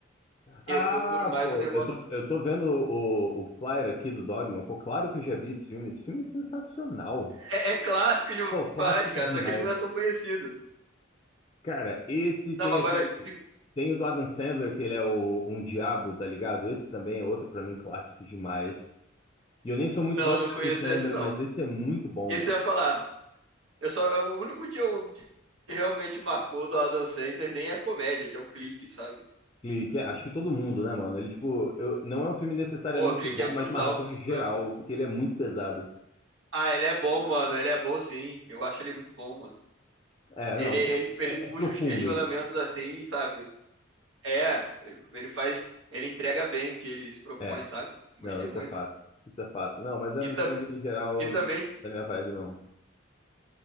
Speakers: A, on the left; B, on the right.
A: Ah,
B: Eu procuro mais
A: pô,
B: um negócio.
A: eu tô, eu tô vendo o, o, o flyer aqui do Dogma. Pô, claro que eu já vi esse filme. Esse filme é sensacional.
B: É, é clássico demais,
A: Pô, clássico
B: cara,
A: demais.
B: só que ele não é tão conhecido.
A: Cara, esse tem
B: Não, mas
A: aquele.
B: agora. tu-
A: Tem o do Adam Sandler, que ele é o, um diabo, tá ligado? Esse também é outro, pra mim, clássico demais. E eu nem sou muito
B: Não,
A: fã de
B: não conheço
A: Adam Sandler,
B: esse, não.
A: mas esse é muito bom,
B: Isso
A: mano.
B: eu ia falar. Eu só, eu- o único que eu que realmente marcou do Adam Sandler nem é comédia, que é o Clique, sabe?
A: Clique, é- acho que todo mundo, né, mano? Ele, tipo, eu, não é um filme necessariamente
B: Pô, Clique
A: bom,
B: é brutal
A: mas marcou em geral,
B: mesmo.
A: porque ele é muito pesado.
B: Ah, ele é bom, mano. Ele é bom, sim. Eu acho ele muito bom, mano.
A: É,
B: Ele,
A: não,
B: ele, ele
A: é,
B: puxa
A: é profundo.
B: os questionamentos assim, sabe? É, ele faz. Ele entrega bem o que ele se propõe,
A: É,
B: sabe? Gostei
A: não, isso
B: muito.
A: é fato. Isso é fato. Não, mas Adam
B: E, tam,
A: Sandler em geral,
B: e também
A: da minha vibe, não.